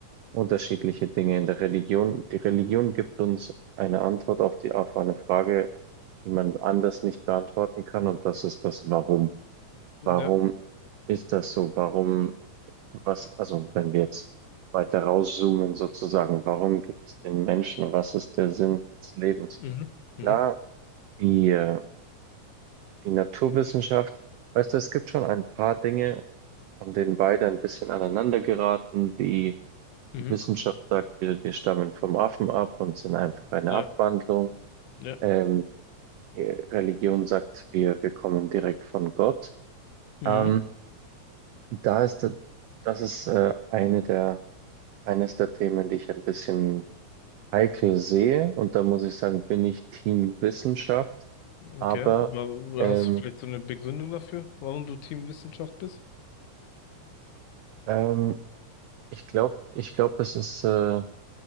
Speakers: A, on the right; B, on the left.
A: unterschiedliche Dinge in der Religion. Die Religion gibt uns eine Antwort auf die, auf eine Frage, die man anders nicht beantworten kann. Und das ist das Warum.
B: Ja.
A: Warum ist das so? Warum, was, also wenn wir jetzt weiter rauszoomen sozusagen, warum gibt es den Menschen? Was ist der Sinn des Lebens?
B: Mhm. Mhm.
A: Klar, die, äh, die Naturwissenschaft, weißt du, es gibt schon ein paar Dinge, an denen beide ein bisschen aneinander geraten. Die,
B: Mhm.
A: die Wissenschaft sagt, wir, wir stammen vom Affen ab und sind einfach eine
B: Ja.
A: Abwandlung.
B: Ja.
A: Ähm, die Religion sagt, wir, wir kommen direkt von Gott.
B: Mhm.
A: Ähm, Da ist, da- das ist äh, eine der, eines der Themen, die ich ein bisschen heikel sehe. Und da muss ich sagen, bin ich Team Wissenschaft.
B: Okay.
A: Aber
B: Wa-
A: ähm,
B: Hast du vielleicht so eine Begründung dafür, warum du Teamwissenschaft bist?
A: ähm, ich glaube, ich glaube es ist, äh,